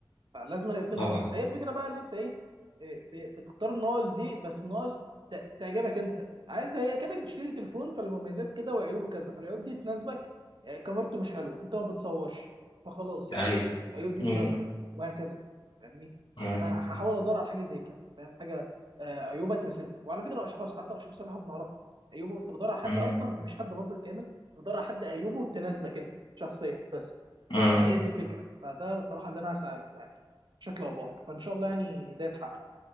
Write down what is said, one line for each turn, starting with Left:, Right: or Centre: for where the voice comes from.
Right: فلازم الاقي فيه
Left: طبعا
Right: ناقص فهي الفكره بقى اللي انت ايه إيه، ب- بتختار الناقص دي بس ناقص ت- تعجبك انت عايز هي كانك بتشتري تليفون فالمميزات كده وعيوبه كذا فالعيوب دي تناسبك إيه، كاميرته مش حلوه انت ما بتصورش فخلاص
Left: أيوة
Right: العيوب دي
Left: مم،
Right: تناسبك وهكذا فاهمني
Left: مم،
Right: فانا هحاول ادور على حاجه زي كده فاهم حاجه آه، عيوبها تناسبني وعلى فكره اشخاص حتى الاشخاص اللي احنا بنعرفهم عيوبه انت بتدور على حد
Left: مم،
Right: اصلا مفيش حد برضه كامل بتدور على حد عيوبه تناسبك انت شخصيا بس
Left: مم.
Right: فهي دي الفكره فده الصراحه اللي انا هساله يعني بشكل او باخر فان شاء الله يعني ده يتحقق